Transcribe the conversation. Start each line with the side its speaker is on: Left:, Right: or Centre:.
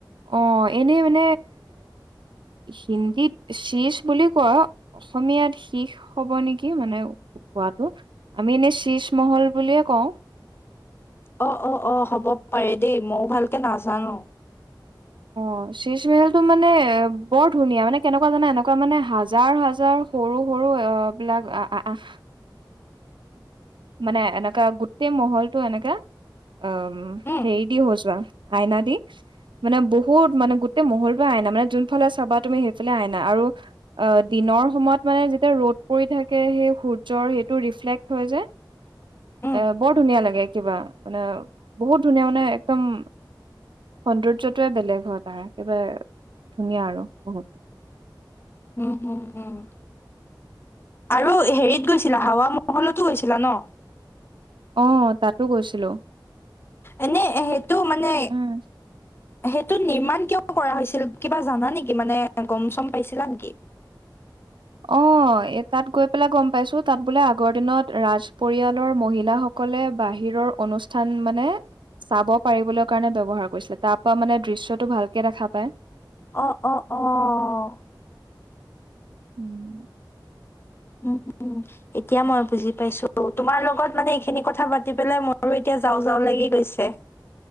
Right: অ' এনেই মানে
Left: <inaudible>
Right: হিন্দীত শিজ বুলি কোৱা অসমীয়াত শিষ হ'ব নেকি মানে? কোৱাতটো, আমি এনেই শীজ মহল বুলিয়ে কওঁ।
Left: অ' অ' অ' হ'ব পাৰে দেই ময়ো ভালকে নাজানো।
Right: অ' শীজ মেহেল টো মানে বৰ ধুনীয়া মানে কেনেকুৱা জানা এনেকুৱা মানে হাজাৰ হাজাৰ সৰু সৰু। সৰু বিলাক আ আহ। মানে এনেকা গোটেই মহলটো এনেকা অ'
Left: উম
Right: হেৰি দি খোজোৱা। আইনা দি। মানে বহুত মানে গোটেই মহলটো আইনা মানে যোনফালে চাবা তুমি সেইফালে আইনা আৰু অ' দিন দিনৰ সময়ত মানে যেতিয়া ৰ'দ পৰি থাকে সেই সূৰ্যৰ সেইটো ৰিফ্ৰেলেক হয় যে।
Left: উম
Right: এ বৰ ধুনীয়া লাগে কিবা মানে বহুত ধুনীয়া মানে একদম। সৌন্দৰ্য্য টোৱে বেলেগ হয় তাৰে একেবাৰে ধুনীয়া আৰু বহুত।
Left: উম, হম, হম। আৰু হেৰিত গৈছিলা হাৱা মহলতো গৈছিলা ন।
Right: অ' তাতো গৈছিলো।
Left: এনে হেতু মানে।
Right: উম
Left: হেইটো নিৰ্মাণ কিয় কৰা হৈছিল, কিবা জানা নেকি মানে গ'ম চম পাইছিলা নেকি? <inaudible>
Right: অ' এই তাত গৈ পেলাই গ'ম পাইছো, তাত বোলে আগৰ দিনত ৰাজ পৰিয়ালৰ মহিলাসকল সকলে বাহিৰৰ অনুষ্ঠান মানে। চাব পাৰিবলৈ কাৰণে ব্যৱহাৰ কৰিছিলে তাৰ পৰা মানে দৃশ্যটো ভালকে দেখা পায়।
Left: অ' অ' অহ'।
Right: উম।
Left: উম। এতিয়া মই বুজি পাইছো। তোমাৰ লগত মানে এইখিনি কথা পাতি পেলাই মইো এতিয়া যাওঁ যাওঁ লাগি। লৈছে